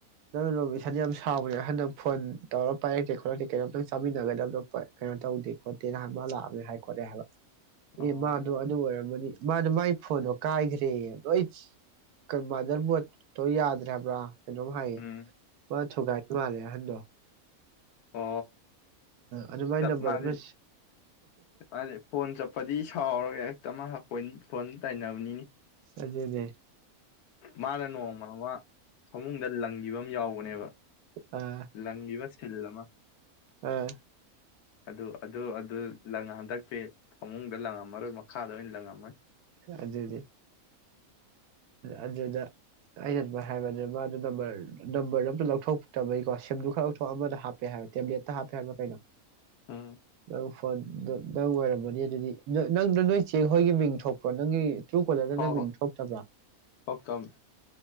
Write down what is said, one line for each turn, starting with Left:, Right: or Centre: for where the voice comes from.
Right: ꯔꯣ ꯏꯁꯥꯅ ꯌꯥꯝ ꯁꯥꯎꯕꯅꯦ ꯍꯟꯗꯛ ꯐꯣꯟ ꯇꯧꯔ ꯄꯥꯏꯔꯛꯇꯦ ꯈꯣꯠꯂꯛꯇꯦ ꯀꯩꯅꯣꯝꯇꯪ ꯆꯥꯃꯤꯟꯅꯒꯗꯕꯣ ꯀꯩꯅꯣ ꯇꯧꯗꯦ ꯈꯣꯠꯇꯦ ꯅꯍꯥꯟ ꯃꯥ ꯂꯥꯛꯑꯕꯅꯤ ꯍꯥꯏ ꯈꯣꯠꯂꯦ ꯍꯥꯏꯕ
Left: ꯑꯣ
Right: ꯑꯦ ꯃꯥꯕꯥ ꯑꯗꯨ ꯑꯗꯨ ꯑꯣꯏꯔꯕ ꯃꯥꯅ ꯃꯥꯒꯤ ꯐꯣꯟꯗꯣ ꯀꯥꯏꯈ꯭ꯔꯦ ꯅꯣꯏ ꯃꯥꯗꯔ ꯃꯣꯠꯇꯣ ꯌꯥꯗ꯭ꯔꯕ꯭ꯔꯥ ꯀꯩꯅꯣꯝ ꯍꯥꯏꯌꯦ
Left: ꯎꯝ
Right: ꯃꯥ ꯊꯨꯒꯥꯏꯗ ꯃꯥꯜꯂꯦ ꯑꯍꯟꯗꯣ ꯍ
Left: ꯑ
Right: ꯑꯗꯨ ꯃꯥꯏ
Left: ꯆꯞ
Right: ꯅꯝꯕꯔ
Left: ꯃꯥꯥꯟꯜꯂꯤ
Right: ꯑꯃ
Left: ꯆꯞ ꯃꯥ ꯐꯣꯟ ꯆꯠꯄꯗꯤ ꯁꯥꯎꯔꯒꯦ ꯆꯞꯅꯄꯣꯏ ꯐꯣꯟ ꯇꯥꯏꯅꯕꯅꯤꯅꯤ
Right: ꯑꯗꯨꯅ‌ꯦ
Left: ꯃꯥꯅ ꯅ‌ꯦꯡꯃ ꯑꯃ ꯐꯃꯨꯡꯗ ꯂꯪꯈꯤꯕ ꯌꯥꯎꯕꯅ‌ꯦꯕ
Right: ꯑꯥ
Left: ꯂꯪꯈꯤꯕ ꯁꯤꯜ ꯑꯃ
Right: ꯑꯥ
Left: ꯑꯗꯨ ꯑꯗꯨ ꯑꯗꯨ ꯂꯪ ꯍꯟꯗꯛꯇꯤ ꯐꯃꯨꯡꯗ ꯂꯪꯉꯝꯃꯔꯣꯏ ꯃꯈꯥꯗ ꯑꯣꯏꯅ ꯂꯪꯉꯝꯃꯅꯤ
Right: ꯑꯗꯨꯗꯤ ꯑꯗꯨꯗ ꯑꯩꯅ ꯑꯗꯨ ꯍꯥꯏꯕꯗꯨ ꯃꯥꯗꯣ ꯅꯝꯕꯔ ꯅꯝꯕꯔꯗꯣ ꯑꯝꯇ ꯂꯧꯊꯣꯛꯇꯕꯒꯤꯀꯣ ꯁꯦꯝꯗ ꯈꯔ ꯂꯧꯊꯣꯛ ꯑꯃꯗ ꯍꯥꯞꯄꯦ ꯍꯥꯏꯕ ꯇꯦꯕ꯭ꯂꯦꯠꯇ ꯍꯥꯞꯄꯦ ꯍꯥꯏꯕ꯭ꯔꯥ ꯀꯩꯅꯣ
Left: ꯎꯝ
Right: ꯅꯪ ꯐꯣꯟꯗ ꯅꯪ ꯑꯣꯏꯔꯝꯃꯅꯤ ꯑꯗꯨꯗꯤ ꯅꯪꯗ ꯅꯣꯏ ꯆꯦ ꯍꯣꯏꯒꯤ ꯃꯤꯡ ꯊꯣꯛꯄ꯭ꯔꯣ ꯅꯪꯒꯤ ꯇꯔꯨꯀꯣꯂꯔꯗꯅ
Left: ꯍꯣꯏ
Right: ꯃꯤꯡ
Left: ꯍꯣꯏ
Right: ꯊ‌ꯣꯛꯇꯕ꯭ꯔꯥ
Left: ꯄꯣꯛꯇꯝ